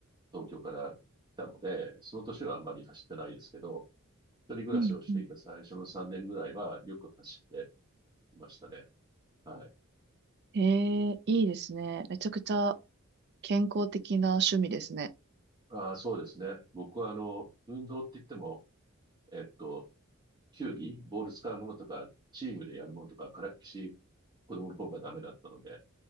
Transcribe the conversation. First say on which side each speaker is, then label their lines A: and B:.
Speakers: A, on the right (about 20°); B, on the right (about 50°).
A: 東京から来たので、その年はあんまり走ってないですけど、一人暮らしをしていた最初の3年ぐらいはよく走って
B: うん、うん。
A: いましたね。はい。
B: へえ、いいですね。めちゃくちゃ健康的な趣味ですね。
A: ああ、そうですね。僕はあの、運動って言っても、えっと、球技、ボール使うものとか、チームでやるものとか、からっきし、子供の頃からダメだったので、